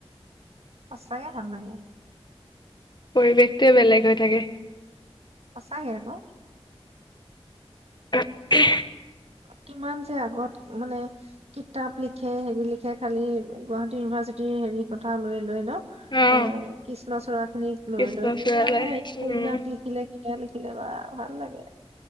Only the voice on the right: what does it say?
সচাঁকে ভাল লাগে
সচাঁকে অক
কিমান যে আগত মানে কিতাপ লিখে হেৰি লি য়োৱা কালি গুৱাহাটী ইউনিভাৰ্চিটিৰ হেৰি কথা লৈ ন
এ কৃষ্ণচুড়াখিনিক লৈ
লৈ কিমানে উপন্যাস
লিখিলে কিবা লিখিলে বা ভাল লাগে